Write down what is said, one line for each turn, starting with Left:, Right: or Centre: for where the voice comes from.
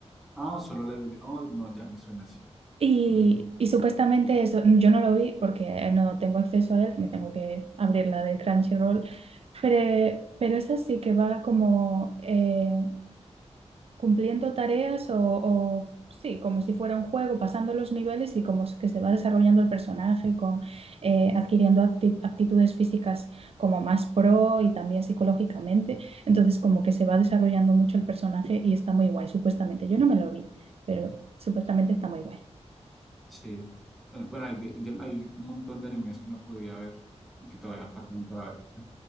Centre: Ah, no, solo Level. Oh, no, ya me suena así.
Right: Y,
Centre: Mm,
Right: y supuestamente eso, yo no lo vi porque no tengo acceso a él, me tengo que abrir la de Crunchyroll, pero, pero esa sí que va como eh, cumpliendo tareas o, o sí, como si fuera un juego, pasando los niveles y como que se va desarrollando el personaje, con, eh, adquiriendo acti- aptitudes físicas como más pro y también psicológicamente. Entonces como que se va desarrollando mucho el personaje y está muy guay, supuestamente. Yo no me lo vi, pero supuestamente está muy guay.
Centre: sí. Bueno, hay, de- de- hay un montón de animes que no podía ver y que todavía faltan para ver.